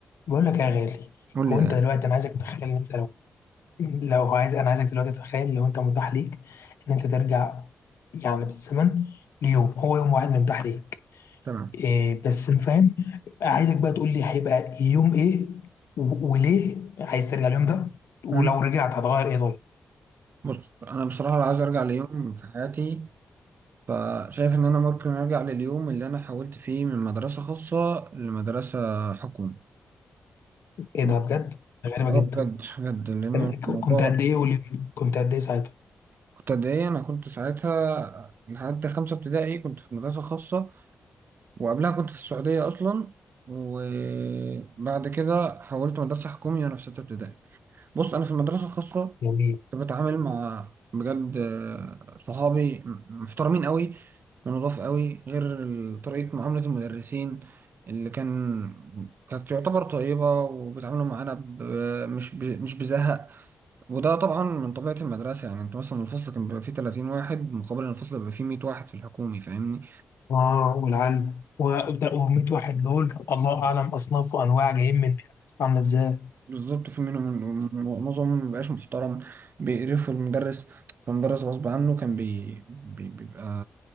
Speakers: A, on the left (about 80°); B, on the right (about 55°).
A: بقول لك يا غالي
B: قول
A: هو
B: لي ده
A: انت دلوقتي انا عايزك تتخيل ان انت لو <clears throat> لو عايز انا عايزك دلوقتي تتخيل لو انت متاح ليك ان انت ترجع يعني بالزمن ليوم هو يوم واحد اللي متاح ليك
B: تمام
A: إيه بس أنا فاهم عايزك بقى تقول لي هيبقى يوم ايه و- وليه عايز ترجع اليوم ده ولو
B: مم.
A: رجعت هتغير ايه طيب
B: بص انا بصراحه لو عايز ارجع ليوم في حياتي فشايف ان انا ممكن ارجع لليوم اللي انا حولت فيه من مدرسه خاصه لمدرسه حكومي
A: ايه
B: بص
A: ده بجد غريبة
B: اه
A: جدا
B: بجد بجد لان
A: كان-
B: الموضوع
A: كنت قد ايه واليوم كنت قد ايه ساعتها
B: كنت قد ايه انا كنت ساعتها لحد خمسه ابتدائي كنت في مدرسه خاصه وقبلها كنت في السعوديه اصلا وبعد كده حولت مدرسه حكومي وانا في سته ابتدائي بص انا في المدرسه الخاصه
A: جميل
B: بتعامل مع بجد آه، صحابي م- محترمين قوي ونضاف قوي غير ال- طريقة معاملة المدرسين اللي كان كانت تعتبر طيبة وبيتعاملوا معانا ب... مش ب... مش بزهق وده طبعا من طبيعة المدرسة يعني انت مثلا الفصل كان بيبقى فيه 30 واحد مقابل إن الفصل بيبقى فيه 100 واحد في الحكومي فاهمني
A: اه والعلم وابدا وميت واحد دول الله اعلم اصناف وانواع جايين من عامله ازاي
B: بالظبط في منهم معظمهم مبيبقاش محترم بيقرفوا المدرس فالمدرس غصب عنه كان بي بي- بيبقى